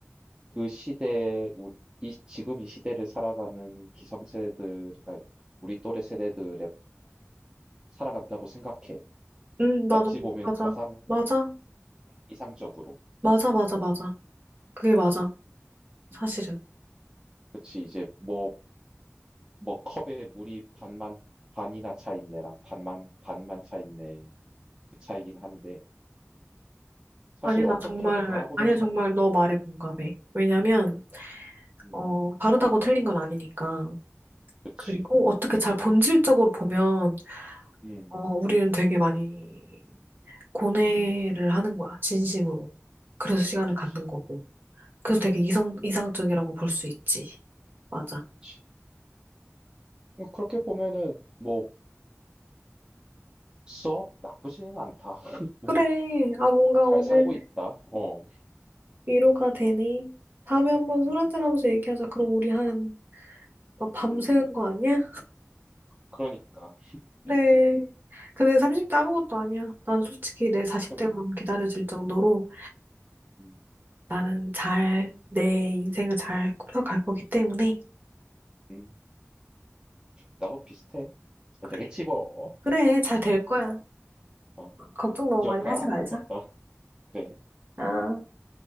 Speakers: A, on the right; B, on the right.
A: 그 시대에 우- 이 지금 이 시대를 살아가는 기성세대들 아니, 우리 또래 세대들에게 살아간다고 생각해.
B: 음 나도
A: 어찌 보면
B: 맞아
A: 가상
B: 맞아
A: 이상적으로.
B: 맞아 맞아 맞아 그게 맞아 사실은.
A: 음. 그치 이제 뭐 뭐 컵에 물이 반만 반이나 차 있네랑 반만 반만 차 있네 그 차이긴 한데 사실
B: 아니 나
A: 어떻게
B: 정말
A: 바라보느냐에
B: 아니 정말
A: 따라.
B: 너 말에 공감해. 왜냐면
A: 음
B: 어, 다르다고 틀린 건 아니니까.
A: 그치.
B: 그리고 어떻게 잘 본질적으로 보면,
A: 음.
B: 어, 우리는 되게 많이 고뇌를
A: 음.
B: 하는 거야, 진심으로. 그래서 시간을
A: 그치.
B: 갖는 거고. 그래서 되게
A: 음.
B: 이성, 이상적이라고 볼 수 있지. 맞아.
A: 그치. 뭐 그렇게 보면은 뭐 썩 나쁘지는 않다. <laughs>
B: 그래. 아, 뭔가
A: 잘
B: 오늘
A: 살고 있다. 어. 음.
B: 위로가 되니? 다음에 한번 술
A: 음,
B: 한잔 하면서 얘기하자.
A: 음.
B: 그럼 우리 한, 막 밤새는
A: 음.
B: 거 아니야?
A: 그러니까.
B: 그래. 근데 30대 아무것도 아니야. 난 솔직히 내 40대가
A: 그러니까.
B: 너무 기다려질 정도로
A: 음.
B: 나는 잘, 내 인생을 잘 꾸려갈 거기 때문에
A: 음. 나도 비슷해. 잘
B: 그래,
A: 되겠지 뭐.
B: 그래, 잘 될 거야.
A: 어.
B: 걱정 너무
A: 들어가.
B: 많이 하지 말자.
A: <laughs> 어. 그래.
B: 아.
A: 음.